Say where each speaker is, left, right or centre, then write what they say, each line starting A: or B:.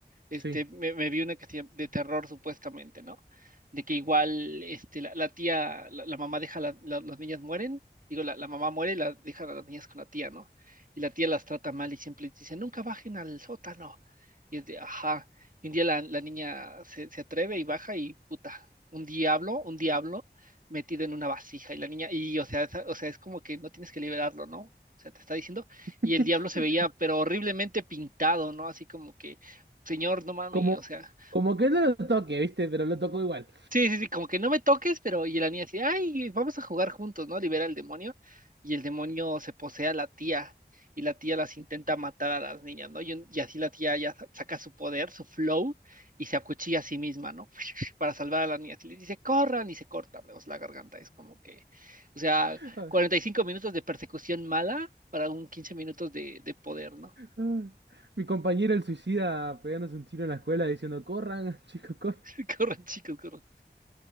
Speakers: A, on the right; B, on the right.
A: este,
B: Sí.
A: me, me vi una que se llama- de terror supuestamente, ¿no? De que igual, este, la, la tía, la, la mamá deja, la- la- las niñas mueren, digo, la, la mamá muere y la, deja a las niñas con la tía, ¿no? Y la tía las trata mal y siempre les dice, nunca bajen al sótano. Y es de, ajá. Y un día la, la niña se, se atreve y baja y, puta, un diablo, un diablo metido en una vasija. Y la niña, y, o sea, esa- o sea, es como que no tienes que liberarlo, ¿no? O sea, te está diciendo,
B: <laughs>
A: y el diablo se veía, pero horriblemente pintado, ¿no? Así como que señor, no mami,
B: Como,
A: o sea,
B: como que no lo toque, ¿viste? Pero lo tocó igual.
A: sí, sí, sí, como que no me toques, pero y la niña así, ay, vamos a jugar juntos, ¿no? Libera al demonio y el demonio se posee a la tía y la tía las intenta matar a las niñas, ¿no? Y, un- y así la tía ya sa- saca su poder, su flow y se acuchilla a sí misma, ¿no? <laughs> Para salvar a las niñas y les dice, corran y se cortan pues, la garganta, es como que, o sea,
B: Ay,
A: 45 minutos de persecución mala para un 15 minutos de, de poder, ¿no?
B: ay. Mi compañero el suicida pegándose un tiro en la escuela diciendo, corran, <laughs> chicos, corran.
A: <laughs> Corran, chicos, corran.